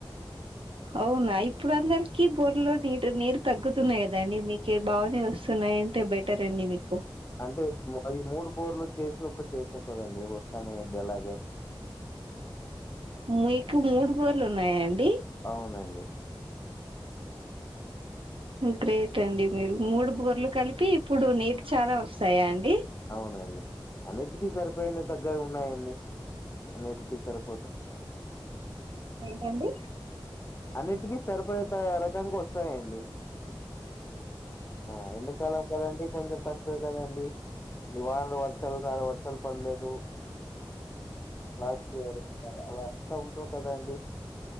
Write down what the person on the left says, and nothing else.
అంటే మైయి మూడు పూర్లో చేసి ఒక్కటి చేసేపోదండి వస్తానేయండి ఎలాగే
అవునండి
అవునండి. అన్నిట్లికి సరిపోయినా తగ్గవి ఉన్నాయండి. అన్నిటికి సరిపో
అన్నిటికీ సరిపోత రకంగా వస్తాయండి ఆ ఎండకాలం కదండి కొంచెం తక్ వె కదండి ఈ వానలు వర్షాలు కాల వర్షాలు పడలేదు లు లాస్ట్ ఇయర్ అలా అంత ఉండవు కదండి